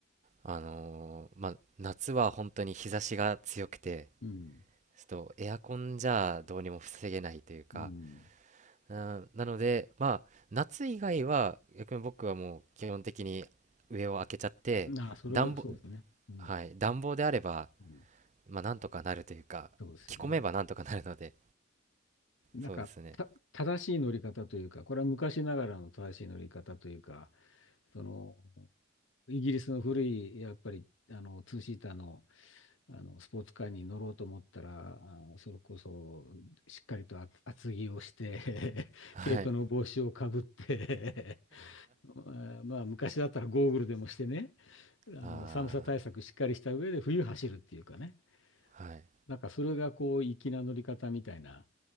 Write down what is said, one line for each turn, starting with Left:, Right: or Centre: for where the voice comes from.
Right: あのまあ、夏は本当に日差しが強くて、
Left: うん、
Right: ちょっとエアコンじゃどうにも防げないというか、
Left: うん。
Right: うん、なので、まあ、夏以外は、逆に僕はもう基本的に上を開けちゃって、
Left: ああ、それはそうですね。
Right: 暖房、
Left: うん、
Right: はい、暖房であれば、
Left: うん、
Right: まあ、なんとかなるというか、
Left: そうですよね。
Right: 着込めばなんとかなるので、
Left: なんかた正しい乗り方というかこれは昔ながらの正しい乗り方というか
Right: そうですね。
Left: そのイギリスの古い、やっぱり、あの、ツーシーターの、あの、スポーツカーに乗ろうと思ったら、あーそれこそ、しっかりと厚厚着をして、<laughs>
Right: はい。
Left: 毛糸の帽子をかぶって <laughs> まあ、<laughs> まあ昔だったらゴーグルでもしてね、あの、
Right: あ
Left: 寒さ対策しっかりした上で冬走るっていうかね、
Right: あ、はい。
Left: なんかそれがこう、粋な乗り方みたいな、